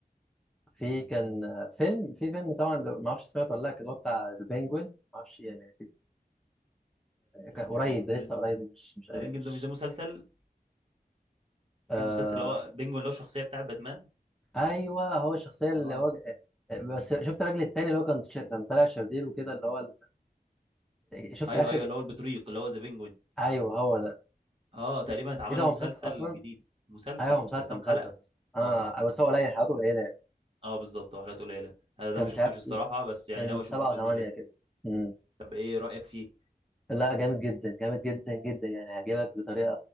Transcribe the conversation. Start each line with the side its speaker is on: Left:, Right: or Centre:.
Centre: في كان فيلم في فيلم طبعا ده ما اعرفش سمعته ولا لا كان اللي هو بتاع ذا بينجوين ما اعرفش يعني كان قريب
Right: ذا بينجوين
Centre: ده لسه قريب مش مش
Right: ذا بينجوين
Centre: مش
Right: ده مش ده مسلسل
Centre: آه
Right: في مسلسل اللي هو بينجوين اللي هو الشخصية بتاع باتمان
Centre: ايوه هو الشخصيه اللي
Right: اه
Centre: هو بس شفت الراجل التاني اللي هو كان ش- كان طالع شرير وكده اللي هو ال... شفت
Right: ايوه
Centre: اخر
Right: ايوه اللي هو البطريق اللي هو ذا بينجوين
Centre: ايوه هو ده
Right: اه تقريبا اتعمل
Centre: ايه ده
Right: له
Centre: هو
Right: مسلسل
Centre: مسلسل اصلا
Right: جديد مسلسل
Centre: ايوه هو مسلسل
Right: ده كام
Centre: مسلسل
Right: حلقة
Centre: بس انا
Right: اه اه
Centre: بس هو قليل حياته قليله يعني
Right: اه بالظبط وحلقات قليلة انا ده
Centre: كان
Right: ما
Centre: مش
Right: شفتوش
Centre: عارف
Right: الصراحة بس يعني
Centre: كان
Right: ناوي اشوفه
Centre: سبعة
Right: بإذن
Centre: وثمانية
Right: الله
Centre: كده امم
Right: طب ايه رأيك فيه
Centre: لا جامد جدا جامد جدا جدا يعني هيعجبك بطريقه